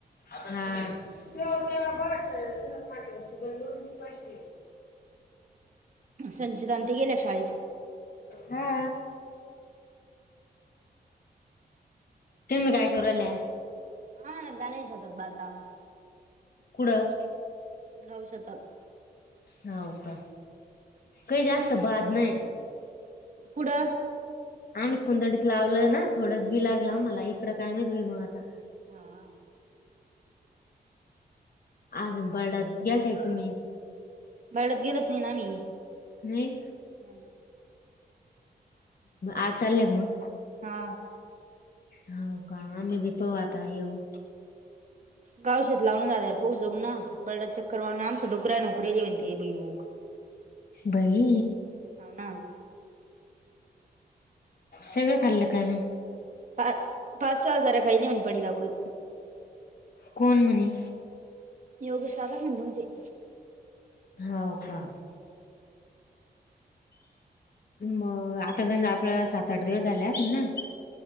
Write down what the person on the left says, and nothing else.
<unintelligible>
हा. तुम्ही काय करू राहिल्या?
कुडं?
होव का? काही जास्त बाद नाही.
आम्ही कुंंदडीत लावलं ना थोडंच बी लागलं मला इकडं काय माहित बाई मग आता.
आज बरडात गेलता का तुम्ही?
नाही आज चालल्या का मग?
होव का आम्ही भी पहुं आता येऊ.
बई.
सगळं खाल्लं काय मग?
कोण म्हणे?
हव का. मग आता घ आपल्या सात आठ दिवस झालेस आसन